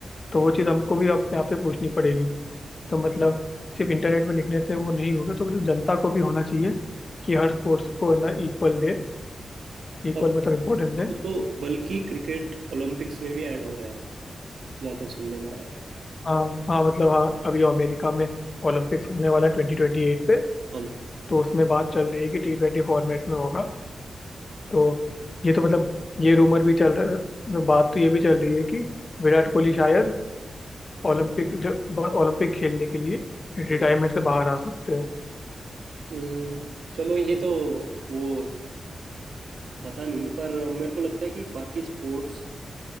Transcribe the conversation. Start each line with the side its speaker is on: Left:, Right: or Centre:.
Left: तो वो चीज़ हमको भी अपने आप से पूछनी पड़ेगी तो मतलब सिर्फ इंटरनेट में लिखने से वो नहीं होगा तो मतलब जनता को भी होना चाहिए कि हर स्पोर्ट्स को है ना इक्वल दे इक्वल
Right: अब
Left: मतलब इम्पोर्टेंस
Right: अब
Left: दे
Right: तो बल्कि क्रिकेट ओलंपिक्स में भी ऐड हो रहा है अब जहाँ तक सुनने में आया है।
Left: हाँ हाँ मतलब हाँ अभी अमेरिका में ओलंपिक्स होने वाला है ट्वेंटी ट्वेंटी एट पे
Right: हाँ जी
Left: तो उसमें बात चल रही है कि टी ट्वेंटी फॉर्मेट में होगा तो ये तो मतलब ये रूमर भी चल रहा है बात तो ये भी चल रही है कि विराट कोहली शायद ओलंपिक जब ओलंपिक खेलने के लिए रिटायरमेंट
Right: हम्म
Left: से बाहर आ सकते हैं
Right: हम्म, चलो ये तो वो पता नहीं पर मेरे को लगता है कि बाकी स्पोर्ट्स